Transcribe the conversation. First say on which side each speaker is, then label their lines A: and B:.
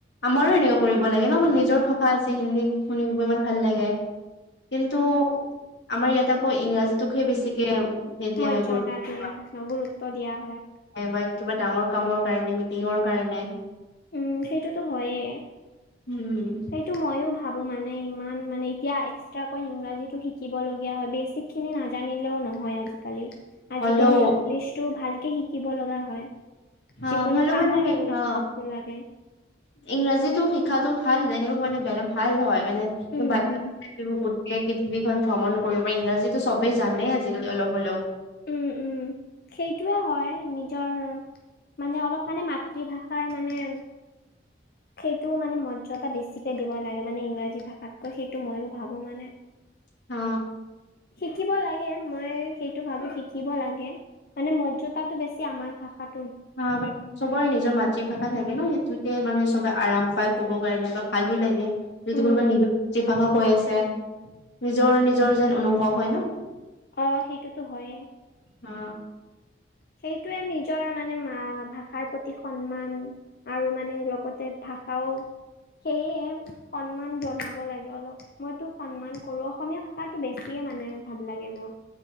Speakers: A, on the left; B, on the left.
A: আমাৰো এনকা কৰিব লাগে ন নিজৰ ভাষা আছে হিন্দী খিনি ইমান ভাল লাগে কিন্তু
B: উম,
A: আমাৰ ইয়াত আকৌ ইংৰাজীটোকহে বেছিকে সেই দিয়া
B: মৰ্যদা
A: হয় গুৰুত্ব
B: দিয়া গুৰুত্ব দিয়া হয়
A: বা কিবা ডাঙৰ কামৰ কাৰণে মিটিঙৰ কাৰণে
B: উম সেইটোতো হয়ে
A: উম
B: সেইটো ময়ো ভাব মানে ইমান মানে এতিয়া এক্সট্ৰাকৈ ইংৰাজীটো শিকিবলগীয়া হয়। বেছিকখিনি নাজানিলেও ন নহয় আজি-কালি। আজি-কালি
A: হ'লেও
B: ইংলিছতটো ভালকে শিকিব লগা হয়।
A: অ,
B: যিকোনো
A: ভাল
B: কামত
A: মানে
B: ইংলিছ
A: অ।
B: ভাষাটো লাগে
A: ইংৰাজীটো শিকাটো ভাল। এনেও মানে বে ভাল হয়। মানে <unintelligible>
B: উম উম
A: গোটেই <unintelligible> ভ্ৰমণো কৰিব পাৰি। ইংৰাজীটো চবেই জানেই আজি-কালি অলপ হলেও।
B: উম, উম। সেইটোৱে হয় নিজৰ মানে অলপ মানে মাতৃভাষাৰ মানে সেইটো মানে মৰ্যদা বেছিকে দিব লাগে। মানে ইংৰাজী ভাষাতকৈ সেইটো ময়ো ভাবো মানে।
A: হ
B: শিকিব লাগে। মই সেইটো ভাবো শিকিব লাগে। মানে মৰ্যদাটো বেছি আমাৰ ভাষাত
A: হা আমাৰ চবৰে নিজৰ মাতৃভাষা থাকে ন। সেই সোকে মানে চবে আৰাম পাই ক'বৰ কাৰণে বা ভালো লাগে। যদি
B: উম
A: কোনোবা <unintelligible> কৈ আছে নিজৰ নিজৰ যেন অনুভৱ হয় ন।
B: অ সেইটোতো হয়ে।
A: অ
B: সেইটোৱে নিজৰ মানে ভাষাৰ প্ৰতি সন্মান আৰু মানে লগতে ভাষাও সেয়ে সন্মান জনাব লাগে অলপ। মইটো সন্মান কৰো। অসমীয়া ভাষাটো বেছিয়ে মানে ভাল লাগে। মোৰ